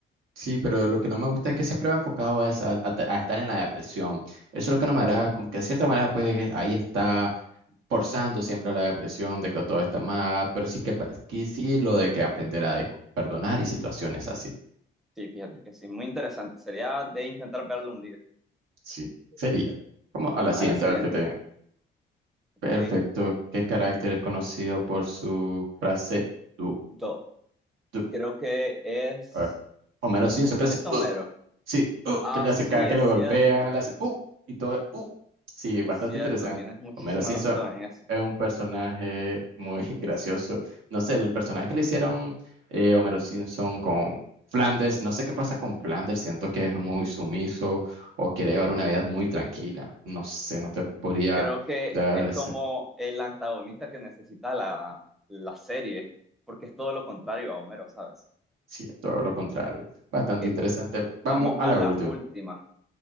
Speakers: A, on the right (about 85°); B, in the centre.
A: Sí, pero lo que no me gusta es que siempre va enfocado a, esa, a, ta- a estar en la depresión. Eso es lo que no me agrada, como que de cierta manera, pues ahí está forzando siempre a la depresión de que todo está mal, pero sí que pa- aquí sí lo de que aprender a discu- perdonar y situaciones así.
B: Sí, fíjate que sí, muy interesante. Sería de intentar verlo un día.
A: Sí, sería. Como
B: Vamos
A: a la siguiente,
B: a la siguiente,
A: a ver qué te
B: ¿ok?
A: Perfecto. ¿Qué carácter es conocido por su frase du,
B: Do-
A: du?
B: creo que es,
A: A ver. Homero Simpson, ¿qué es?
B: es Homero.
A: Sí, uh,
B: Ah,
A: que le
B: sí,
A: hace cada que
B: es
A: lo
B: cierto,
A: golpean, le hace uh, y todo, uh. Sí,
B: es
A: bastante
B: cierto,
A: interesante.
B: tienes muchísima
A: Homero Simpson
B: razón
A: ah,
B: en eso.
A: es un personaje muy <laughs> gracioso. No sé, el personaje que le hicieron eh, Homero Simpson con Flanders, no sé qué pasa con Flanders, siento que es muy sumiso o quiere llevar una vida muy tranquila. No sé, no te podría
B: Creo que
A: dar
B: es
A: ese.
B: como el antagonista que necesita la, la serie, porque es todo lo contrario a Homero, ¿sabes?
A: Sí, todo lo contrario. Bastante
B: Ok,
A: interesante.
B: Vamos
A: Vamos a
B: a
A: la
B: la
A: última.
B: última.